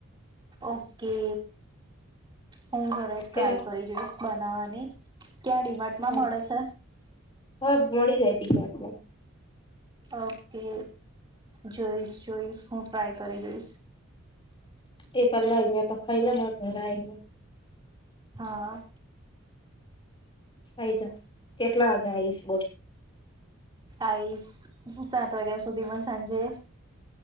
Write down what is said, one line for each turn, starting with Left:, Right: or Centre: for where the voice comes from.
Right: ઓકે. હું ઘરે ટ્રાય
Left: ત્યારે
Right: કરી જોઈશ બનાવવાની. ક્યાં
Left: હા
Right: ડીમાટ માં મળે છે.
Left: હા મળી જાય. <inaudible>
Right: ઓકે જોઈશ જોઈસ હું ટ્રાય કરી જોઈશ.
Left: એ પલા અયાંતો ખાય લે માર ઘર આયને
Right: હા.
Left: થાઈ જ કેટલા વાગે આવીશ બોલ
Right: આઈશ સાત વાગ્યા સુધીમાં સાંજે